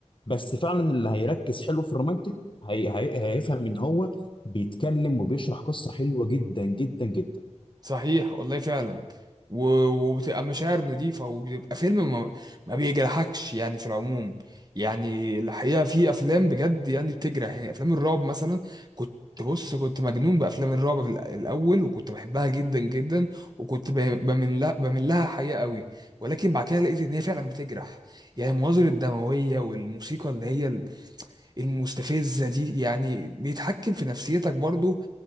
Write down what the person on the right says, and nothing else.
صحيح والله فعلا و- وبتبقى مشاعر نظيفة وبيبقى فيلم ما, ما بيجرحكش يعني في العموم يعني الحقيقة في أفلام بجد يعني بتجرح يعني أفلام الرعب مثلا كنت بص كنت مجنون بأفلام الرعب في الأ- الأول وكنت بحبها جدا جدا وكنت ب- بمن لها بمن لها حقيقة قوي ولكن بعد كده لقيت إن هي فعلا بتجرح يعني المناظر الدموية والموسيقى اللي هي ال- المستفزة دي يعني بيتحكم في نفسيتك برضو